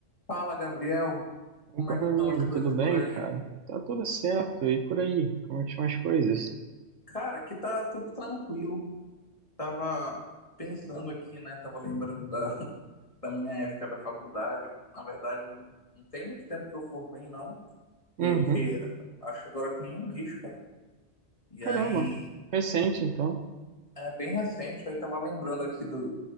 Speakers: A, on the left; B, on the right.
A: Fala, Gabriel.
B: Opa,
A: Como é que
B: meu
A: estão
B: amigo,
A: as coisas
B: tudo bem,
A: por aí?
B: cara? Tá tudo certo. E por aí, como é que estão as coisas?
A: Cara, aqui tá tudo tranquilo. Tava pensando aqui, né? Tava lembrando da, <laughs> da minha época da faculdade. Na verdade, não tem muito tempo que eu formei, não.
B: Uhum.
A: Tem o quê? Acho que agora tem um mês, cara. E
B: Caramba,
A: aí,
B: recente então.
A: é bem recente. Aí tava lembrando aqui do-